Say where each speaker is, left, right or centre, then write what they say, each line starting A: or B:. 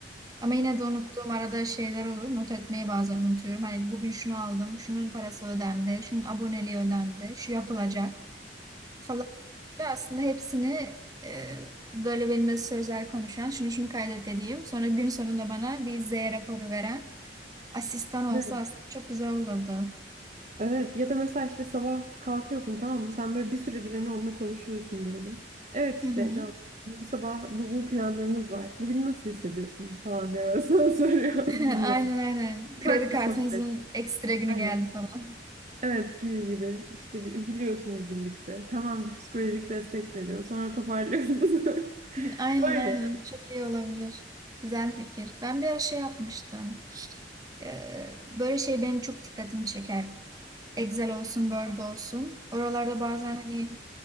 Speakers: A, on the right; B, on the right.
A: Ama yine de unuttuğum arada şeyler olur. Not etmeyi bazen unutuyorum. Hani bugün şunu aldım, şunun parası ödendi, şunun aboneliği ödendi, şu yapılacak falan. Böyle aslında hepsini e, böyle benimle sözel konuşan, şunu şunu kaydet dediğim, sonra gün sonunda bana bir Z raporu veren asistan olsa
B: <laughs>
A: aslında çok güzel olurdu.
B: Evet ya da mesela işte sabah kalkıyorsun tamam mı? Sen böyle bir süredir hani onunla konuşuyorsun diyelim. Evet işte
A: Hı hı.
B: Can bu sabah bu, bu planlarınız var. Bugün nasıl hissediyorsun falan diye böyle sana <laughs> soruyor.
A: <laughs>
B: Bilmem.
A: Aynen aynen.
B: Ufak
A: Kredi kartınızın
B: bir sohbet.
A: ekstra günü
B: Aynen.
A: geldi falan.
B: Evet gibi gibi. İşte bir üzülüyorsunuz birlikte. Hemen bir psikolojik destek veriyor. Sonra toparlıyorsunuz. <laughs>
A: Aynen
B: Öyle.
A: aynen çok iyi olabilir. Güzel fikir. Ben bir ara şey yapmıştım. Ee, böyle şey benim çok dikkatimi çeker. Excel olsun, Word olsun. Oralarda bazen hani